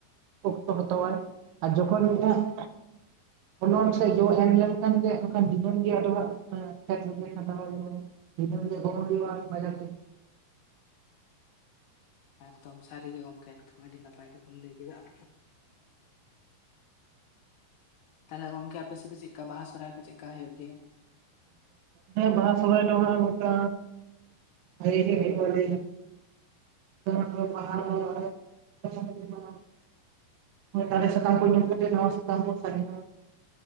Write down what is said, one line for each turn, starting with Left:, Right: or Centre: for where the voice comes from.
Right: ᱚᱠᱛᱚ ᱦᱟᱛᱟᱣ ᱟᱭ᱾ ᱟᱨ ᱡᱚᱠᱷᱚᱱ ᱩᱱ ᱫᱚ ᱦᱟᱸᱜ, ᱯᱷᱳᱞᱳᱱ ᱥᱮ ᱡᱚᱲ ᱮᱢ ᱞᱮᱱᱠᱷᱟᱱ ᱜᱮ ᱟᱫᱳ ᱫᱤᱱᱟ. ᱢ ᱜᱮ ᱟᱫ ᱦᱟᱸᱜ ᱠᱷᱮᱛ ᱨᱮ ᱠᱷᱟᱴᱟᱣ ᱦᱩᱭᱩᱜᱼᱟ᱾ ᱫᱤᱱᱟᱹᱢ ᱜᱮ ᱜᱚᱜ ᱦᱩᱭᱩᱜᱼᱟ ᱵᱟᱡᱟᱨ ᱛᱮ᱾
Left: ᱮᱠᱫᱚᱢ ᱥᱟᱹᱨᱤ ᱜᱮ ᱜᱚᱝᱠᱮ ᱟᱹᱰᱤ ᱱᱟᱯᱟᱭ ᱠᱟᱛᱷᱟᱢ ᱞᱟᱹᱭ ᱠᱮᱫᱟ᱾ ᱛᱟᱦᱞᱮ ᱜᱚᱝᱠᱮ ᱟᱯᱮ ᱥᱮᱫ ᱫᱚ ᱪᱮᱫᱠᱟ ᱵᱟᱦᱟ ᱥᱚᱨᱦᱟᱭ ᱠᱚ ᱪᱮᱫᱠᱟ ᱦᱩᱭᱩᱜ ᱜᱮᱭᱟ?
Right: ᱦᱮᱸ ᱵᱟᱦᱟ ᱥᱚᱨᱦᱟᱭ ᱫᱚ ᱱᱚᱜ ᱱᱚᱱᱠᱟ ᱵᱷᱟᱜᱮ ᱜᱮ ᱦᱩᱭᱩᱜᱼᱟ ᱞᱟ. ᱭ <unintelligible> ᱫᱟᱨᱮ ᱥᱟᱠᱟᱢ ᱠᱚ ᱧᱩᱨ ᱠᱟᱛᱮᱫ ᱱᱟᱣᱟ ᱥᱟᱠᱟᱢ ᱠᱚ ᱥᱟᱜᱮᱱ ᱚᱜᱼᱟ᱾